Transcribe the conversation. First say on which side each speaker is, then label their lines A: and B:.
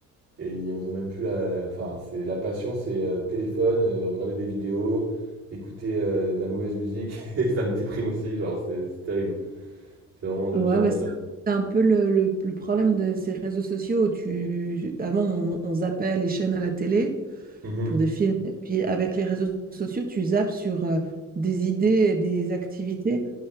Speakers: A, on the right; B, on the right.
A: Et ils ont même plus la, enfin, c'est, la passion, c'est euh, téléphone, euh, regarder des vidéos, écouter euh, de la mauvaise musique. <laughs> Et ça me déprime aussi, genre c'est c'est terrible. C'est vraiment de
B: Ouais,
A: pire
B: bah,
A: en pire.
B: c'est c'est un peu le, le- le problème de ces réseaux sociaux où tu... Avant, on, on zappait les chaînes à la télé
A: Mhm,
B: pour des films. Et puis, avec les réseaux sociaux, tu zappes sur euh, des idées et des activités.